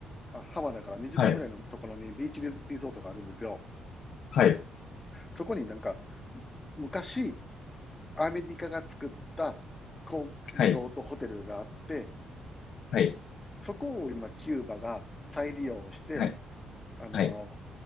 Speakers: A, on the left (about 20°); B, on the left (about 65°).
A: ハバナから2時間ぐらいのところにビーチリゾリゾートがあるんですよ。
B: はい。はい。
A: そこになんか、昔、アメリカが作った、こう、
B: はい。
A: リゾートホテルがあって、
B: はい。
A: そこを今、キューバが再利用して、
B: はい。
A: あの、
B: はい。